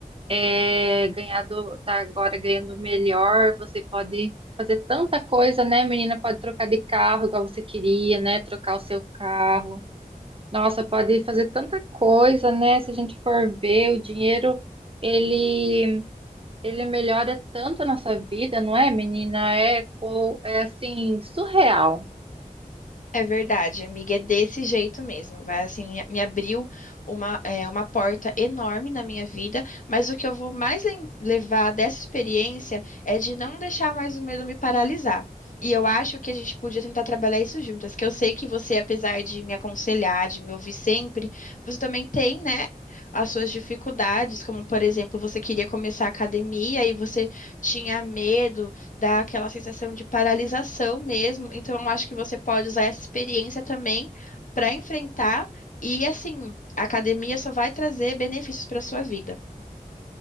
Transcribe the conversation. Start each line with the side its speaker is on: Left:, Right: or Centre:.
Right: é, ganhado, tá agora ganhando melhor, você pode fazer tanta coisa, né, menina? Pode trocar de carro igual você queria, né? Trocar o seu carro. Nossa, pode fazer tanta coisa, né? Se a gente for ver, o dinheiro, ele, ele melhora tanto a nossa vida, não é, menina? É, co- é assim, surreal.
Left: É verdade, amiga, é desse jeito mesmo. Vai assim, me abriu uma, é, uma porta enorme na minha vida, mas o que eu vou mais lem- levar dessa experiência é de não deixar mais o medo me paralisar. E eu acho que a gente podia tentar trabalhar isso juntas, que eu sei que você, apesar de me aconselhar, de me ouvir sempre, você também tem, né, as suas dificuldades, como por exemplo, você queria começar a academia e você tinha medo dá aquela sensação de paralisação mesmo. Então, eu acho que você pode usar essa experiência também para enfrentar. E assim, a academia só vai trazer benefícios para sua vida.